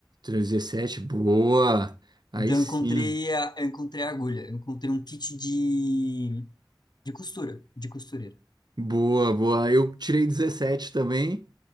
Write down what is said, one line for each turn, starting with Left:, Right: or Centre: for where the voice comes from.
Right: 17, boa. Aí
Left: Então
Right: sim.
Left: eu encontrei a, eu encontrei a agulha, eu encontrei um kit de, de costura, de costureira.
Right: Boa, boa. Eu tirei 17 também.